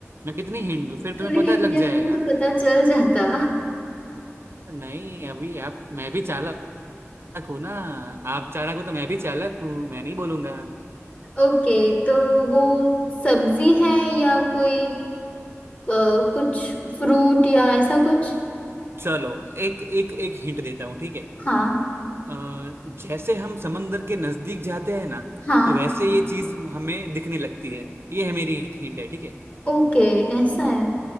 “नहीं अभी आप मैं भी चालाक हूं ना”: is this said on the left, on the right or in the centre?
Right